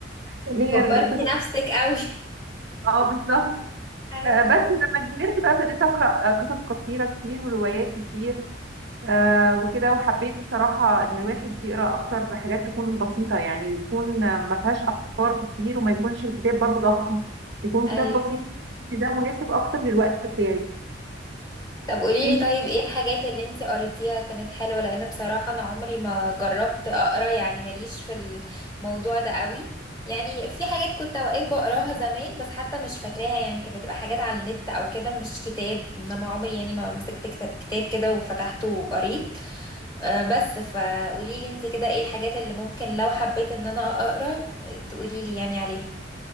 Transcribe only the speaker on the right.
اللي هي
القصص
اه بالظبط
آه، بس لما كبرت بقى ابتديت اقرا آه، قصص قصيره كتير وروايات كتير آه، وكده وحبيت صراحه ان الواحد يقرا اكتر حاجات تكون بسيطه يعني يكون آه، ما فيهاش افكار كتير وما يكونش الكتاب برضه ضخم يكون كتاب
بسيط ده مناسب اكتر للوقت بتاعي
انت